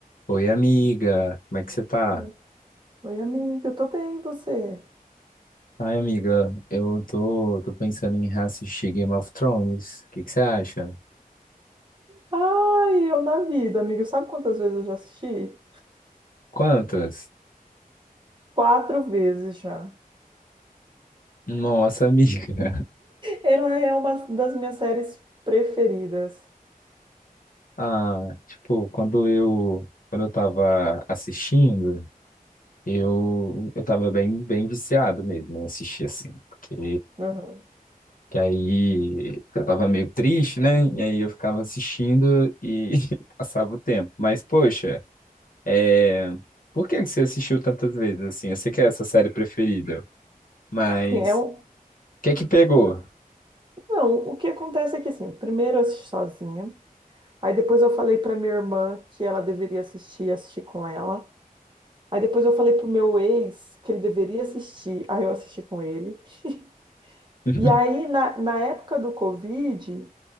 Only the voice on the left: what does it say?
Oi, amiga, como é que você tá?
Ai, amiga, eu tô, tô pensando em reassistir Game of Thrones. O que que você acha?
Quantas?
Nossa, amiga. <laughs>
Ah, tipo, quando eu, quando eu tava assistindo, eu, eu tava bem, bem viciado mesmo, né? Assistir assim. porque
que aí eu tava meio triste, né? E aí eu ficava assistindo e <laughs> passava o tempo. Mas, poxa. É, Por que que você assistiu tantas vezes assim? Eu sei que é essa série preferida, mas
o que que pegou?
<laughs>